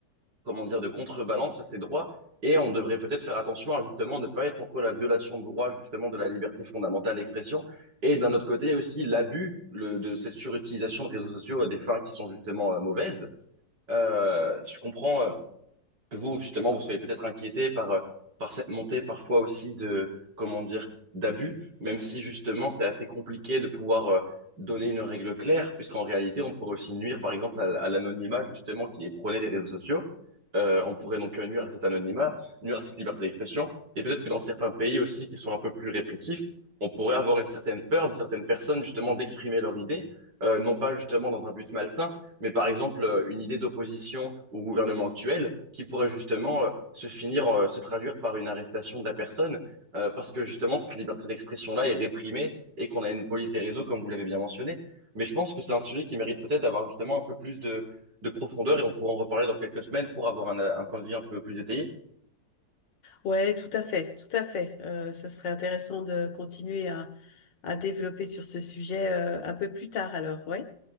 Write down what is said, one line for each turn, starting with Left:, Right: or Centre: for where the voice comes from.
Right: comment dire, de contrebalance à ces droits et on devrait peut-être faire attention à justement ne pas être contre la violation de droits justement de la liberté fondamentale d'expression et d'un autre côté aussi l'abus le- de cette surutilisation de réseaux sociaux à des fins qui sont justement euh, mauvaises. Euh, je comprends euh, que vous, justement, vous soyez peut-être inquiété par, euh, par cette montée parfois aussi de, comment dire, d'abus, même si justement c'est assez compliqué de pouvoir euh, donner une règle claire, puisqu'en réalité on pourrait aussi nuire par exemple à, à l'anonymat justement qui est prôné des réseaux sociaux. Euh, on pourrait donc euh, nuire à cet anonymat, nuire à cette liberté d'expression, et peut-être que dans certains pays aussi qui sont un peu plus répressifs, on pourrait avoir une certaine peur de certaines personnes justement d'exprimer leur idée, euh, non pas justement dans un but malsain, mais par exemple euh, une idée d'opposition au gouvernement actuel qui pourrait justement euh, se finir, euh, se traduire par une arrestation de la personne, euh, parce que justement cette liberté d'expression-là est réprimée et qu'on a une police des réseaux, comme vous l'avez bien mentionné. Mais je pense que c'est un sujet qui mérite peut-être d'avoir justement un peu plus de, de profondeur et on pourra en reparler dans quelques semaines pour avoir un, un point de vue un peu plus détaillé.
Left: Ouais, tout à fait, tout à fait. Euh, ce serait intéressant de continuer à, à développer sur ce sujet euh, un peu plus tard alors, ouais.